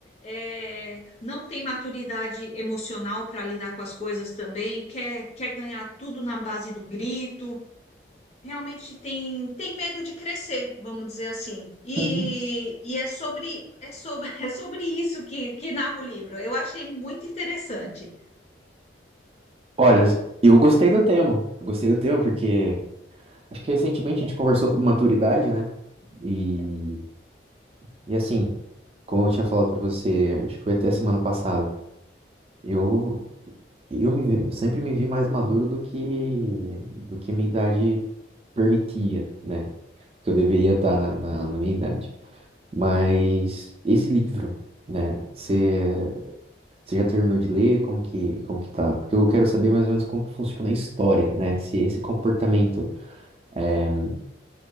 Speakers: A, on the left; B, on the right.
A: É, não tem maturidade emocional para lidar com as coisas também, quer, quer ganhar tudo na base do grito. Realmente tem, tem medo de crescer, vamos dizer assim. E,
B: uhum.
A: e é sobre, é sobre, <laughs> é sobre isso que, que narra o livro. Eu achei muito interessante.
B: Olha, eu gostei do tema. Eu gostei do tema porque acho que recentemente a gente conversou sobre maturidade, né? E, e assim, como eu tinha falado pra você, acho que foi até semana passada, eu eu me vi- sempre me vi mais maduro do que do que minha idade permitia, né? Que eu deveria estar na, na na minha idade. Mas esse livro, né? Você já terminou de ler? Como que, como que tá? Porque eu quero saber mais ou menos como que funciona a história, né? Se esse comportamento, é,